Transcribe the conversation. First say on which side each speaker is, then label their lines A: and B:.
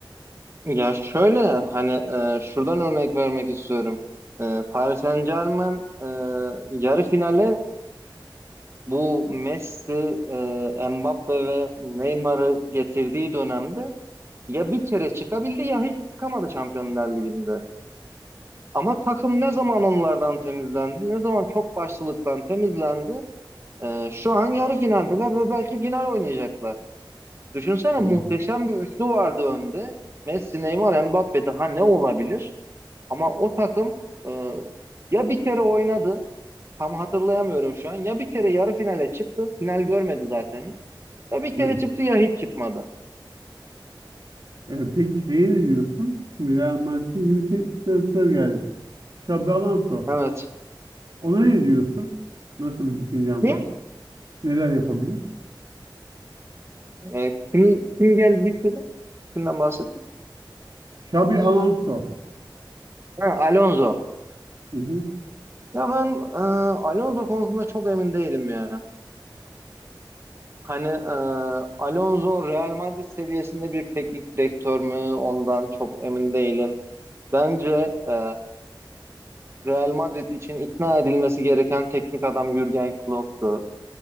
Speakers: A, on the right (about 30°); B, on the right (about 55°).
A: Ya şöyle hani e, şuradan örnek vermek istiyorum. E, Paris Saint-Germain e, yarı finale bu Messi, e, Mbappe ve Neymar'ı getirdiği dönemde ya bir kere çıkabildi ya hiç çıkamadı Şampiyonlar Ligi'nde. Ama takım ne zaman onlardan temizlendi, ne zaman çok başlılıktan temizlendi, Ee, şu an yarı finaldeler ve belki final oynayacaklar. Düşünsene
B: Hmm,
A: muhteşem bir üçlü vardı önde. Messi, Neymar, Mbappe daha ne olabilir? Ama o takım e, ya bir kere oynadı, tam hatırlayamıyorum şu an. Ya bir kere yarı finale çıktı, final görmedi zaten hiç. Ya bir kere
B: Evet.
A: çıktı ya hiç çıkmadı.
B: Ee, peki şeye ne diyorsun? Şimdi Real Madrid'e yeni bir teknik direktör geldi. Xabi Alonso.
A: Evet.
B: Ona ne diyorsun? Nasıl bir düşüncen
A: Kim?
B: var? Neler yapabilir?
A: E, kim, kim geldi gitti de? Kimden bahsettin?
B: Xabi Alonso.
A: Ha, Alonso.
B: Hı hı.
A: Ya ben e, Alonso konusunda çok emin değilim ya. Hani e, Alonso Real Madrid seviyesinde bir teknik direktör mü? Ondan çok emin değilim. Bence e, Real Madrid için ikna edilmesi gereken teknik adam Jürgen Klopp'tu.